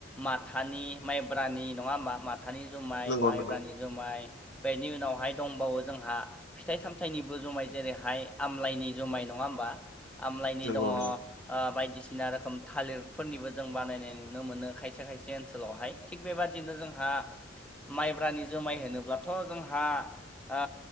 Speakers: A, in the centre; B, on the left.
A: माथानि माइब्रानि नंङा होमबा माथानि जुमाय
B: नंगौ
A: माइब्रानि
B: नंगौ
A: जुमाय बेनि उनावहाय दंबावो जोंहा फिथाइ सामथायाइनिबो जुमाय जेरैहाय आमलाायनि जुमाय नंङा होमबा आमलाायनि
B: नंगौ
A: दंङ
B: नंगौ
A: ओ बायदिसिना रोखोम थालिरफोरनिबो जों बानायनाय नुनो मोनो खायसे खायसे ओनसोलावहाय थिग बेबादिनो जोंहा माइब्रानि जुमाय होनोब्लाथ' जोंहा ओ